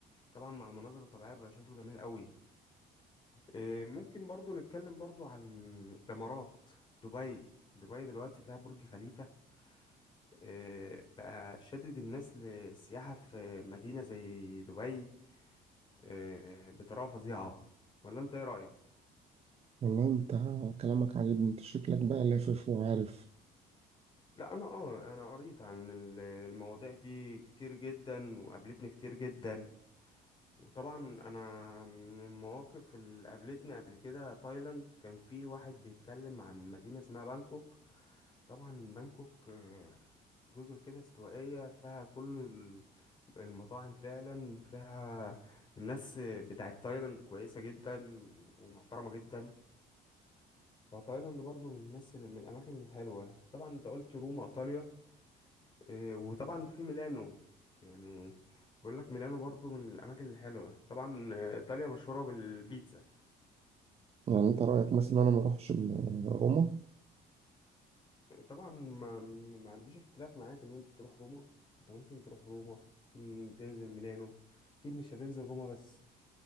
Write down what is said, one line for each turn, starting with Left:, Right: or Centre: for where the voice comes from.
Left: طبعا مع المناظر الطبيعية بيبقى شكله جميل قوي إيه، ممكن برضو نتكلم برضو عن الإمارات دبي دبي دلوقتي فيها برج خليفة آه، بقى شدد الناس للسياحة في مدينة زي دبي آه، بطريقة فظيعة ولا انت ايه رأيك؟
Right: والله انت كلامك عاجبني انت شكلك بقى لافف وعارف
Left: لا انا اه انا قريت عن ال- المواضيع دي كتير جدا وقابلتني كتير جدا وطبعا انا من المواقف اللي قابلتني قبل كده تايلاند كان في واحد بيتكلم عن مدينة اسمها بانكوك طبعا بانكوك آه، جزر كده استوائية فيها كل ال- المطاعم فعلا فيها الناس بتاعت تايلاند كويسة جدا ومحترمة جدا فتايلاند برضو من الناس اللي من الأماكن الحلوة طبعا انت قلت روما إيطاليا آه، وطبعا في ميلانو يعني بقول لك ميلانو برضو من الأماكن الحلوة طبعا آه، إيطاليا مشهورة بالبيتزا
Right: يعني انت رأيك مثلا انا ما اروحش م- روما
Left: طبعا ما, ما عنديش اختلاف معاك ان انت تروح روما انت ممكن تروح روما ممكن تنزل ميلانو اكيد مش هتنزل روما بس